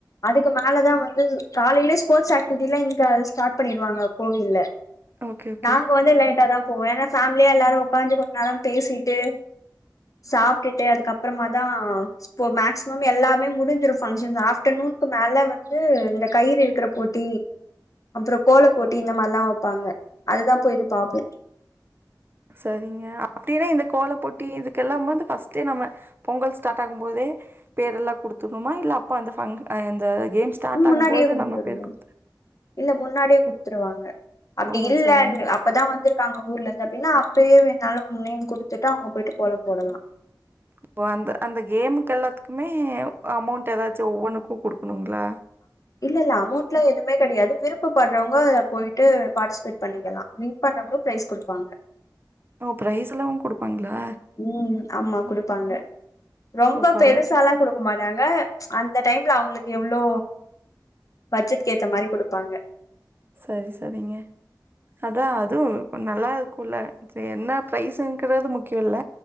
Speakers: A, on the left; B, on the right.
A: அதுக்கு மேலதா வந்து காலைலயே ஸ்போர்ட்ஸ் ஆக்டிவிட்டி லா இங்க ஸ்டார்ட் பண்ணிருவாங்க கோவில்ல
B: ஓகே, ஓகே.
A: நாங்க வந்து லேட்டா தா போவோ எனா ஃபேம்லியா எல்லாரு ஒக்காஞ்சி கொஞ் நேரோ பேசிட்டு சாப்டுட்டு அதுக்கப்பறமா தா இப்போ மேக்ஸ்சிமம் எல்லாமே முடிஞ்சிரோ ஃபங்ஷன் ஆஃப்டர்நூன்க்கு மேல வந்து இந்த கயிறு இழுக்குற போட் டி அப்றோ கோல போட்டி இந்த மார்லா வெப்பாங்க அதுதா போய்ட்டு பாப்பே
B: சரிங்க அப்டின்னா இந்த கோல போட்டி இதுக்கெல்லாம் வந்து ஃபஸ் ட்டு நம்ம பொங்கல் ஸ்டாட் ஆகும் போதே பேரெல்லா குடுத்துர்னுமா இல்ல அப்ப அந்த ஃபங்கு அ இந்த கேம் ஸ்டாட் ஆகும்
A: முன்னாடியே
B: போது
A: குடுத்துருணு
B: நம்ம பேரு குட்த்துக்
A: இல்ல முன்னாடியே குடுத்துருவாங்க அப்டி
B: ஓ!
A: இல்லன்
B: சரிங்க.
A: அ அப்பதா வந்துருக்காங்க ஊர்லந்து அப்டின்னா அப்டியே வேன்னாலு உங் நேம் குடுத்துட்டு அவுங்க போய்ட்டு கோலம் போடலா
B: இப்போ அந்த அந்த கேமுக்கு எல்லாத்துக்குமே அமோண்ட் ஏதாச்சோ ஒவ்வொன்னுக்கு குடுக்குனுங்ளா
A: இல்ல இல்ல அமோண்ட்லா எவுமே கெடயாது விருப்பட்றவங்க அத்ல போய்ட்டு பாட்டிஸ்பேட் பண்ணிக்கலா வின் பண்றவங்லு ப்ரைஸ் குடுப்பாங்க
B: ஓ ப்ரைஸ்லாமு குடுப்பாங்ளா
A: உம் ஆமா குடுப்பாங்க ரொம்ப
B: ஓ! பரவால்ல.
A: பெருசாலா குடுக் கு மாட்டாங்க அந்த டைம்ல அவுங்ளுக்கு எவ்ளோ பட்ஜெட்க் ஏத்த மாரி குடுப்பாங்க
B: சரி சரிங்க அதா அதுவு நல்லாருக்குல்ல என்னா ப்ரைஸ்ஸுங்றது முக்கியோல்ல